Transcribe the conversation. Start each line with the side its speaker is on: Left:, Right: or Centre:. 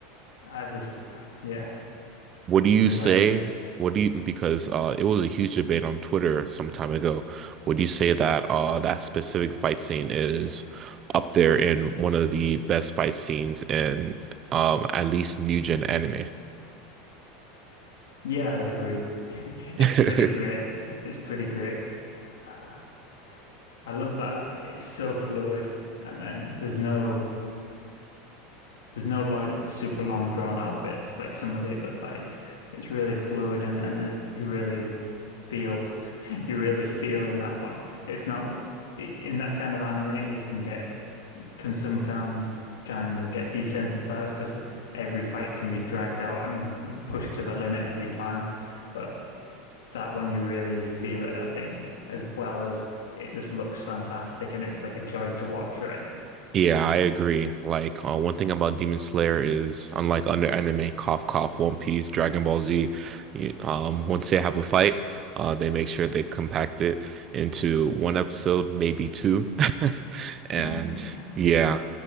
Left: I just yeah,
Right: What do you
Left: you're
Right: say?
Left: right.
Right: What do you because uh it was a huge debate on Twitter some time ago. Would you say that uh that specific fight scene is up there in one of the best fight scenes in um at least new gen anime?
Left: Yeah, I'd agree. <laughs>
Right: <laughs>
Left: It's pretty great. It's pretty great. Uh, s- I love that. It's so fluid. And then there's no there's no like super long drawn out bits like some of the other fights. It's really fluid and and you really feel <laughs> you really feel in that one. It's not in that kind of anime you can get can sometimes kind of get desensitized because every fight can be dragged out and pushed to the limit every time. But that one you really feel it, I think, as well as it just looks fantastic and it's like a joy to watch, right?
Right: Yeah, I agree. Like, uh, one thing about Demon Slayer is, unlike other anime, cough, cough, One Piece, Dragon Ball Z, you, um, once they have a fight, uh, they make sure they compact it into one episode, maybe two. <laughs> And
Left: <laughs>
Right: yeah,